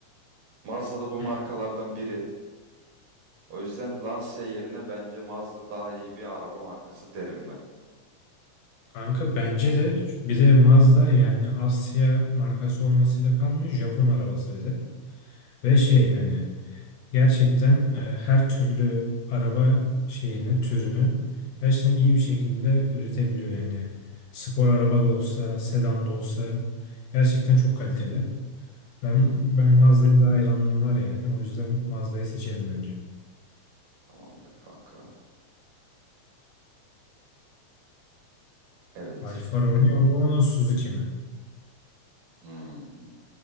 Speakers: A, on the right; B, on the left.
A: Mazda da bu markalardan
B: Hmm.
A: biri. O yüzden Lancia yerine bence Mazda daha iyi bir araba markası derim ben.
B: Kanka bence de bir de Mazda yani Asya markası olmasıyla kalmıyor Japon arabası bir de. Ve şey hani gerçekten e, her türlü araba şeyini türünü gerçekten iyi bir şekilde üretebiliyor yani. Spor araba da olsa sedan da olsa gerçekten çok kaliteli. Ben
A: Hı hı.
B: ben Mazda'ya da hayranlığım var yani o yüzden Mazda'yı seçelim bence.
A: Tamamdır kanka. Evet.
B: Alfa Romeo mu Suzuki mi?
A: Hmm.